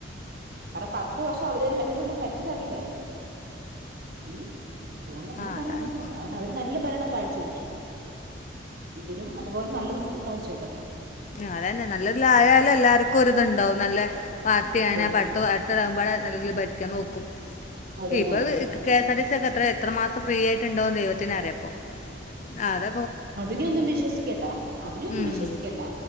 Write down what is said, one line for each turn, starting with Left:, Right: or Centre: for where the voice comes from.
Right: കാരണം പത്ത് വർഷം അവര് നെ മറ്റേരു ന്നെ ഭരിച്ചിട്ട എറങ്ങിയതല്ലേ ഉം അതുകൊണ്ട് അങ്ങനെ
Left: ആ
Right: പറയാൻ
Left: അതാണ്
Right: പറ്റില്ല കാരണം അവര് നല്ല ഭരണം കാ ചോയ്ച്ചു ഇവരും അതുപോലെ നല്ല കാഴ്ച വെയ്ക്കട്ടെ
Left: അതന്നെ നല്ലത്‌ല ആയാല് എല്ലാർക്കു ഒരിത്ണ്ടാവു നല്ല പാർട്ടിയാണ്
Right: ആഹ്
Left: അപ്പ അടുത്തടകുമ്പോടെ നല്ല രീതിയിൽ ഭരിക്കാൻ നോക്കും
Right: അതന്നെ
Left: ഇപ്പത് K S R T C ഒക്കെത്രേ എത്ര മാസം ഫ്രീ ആയിട്ട് ഉണ്ടോന്ന് ദൈവത്തിനറിയപ്പം ആ അത
Right: അതിനെയൊന്നും വിശ്വസികെണ്ട അതിനെയൊന്നും
Left: ഉം.
Right: വിശ്വസിക്കണ്ട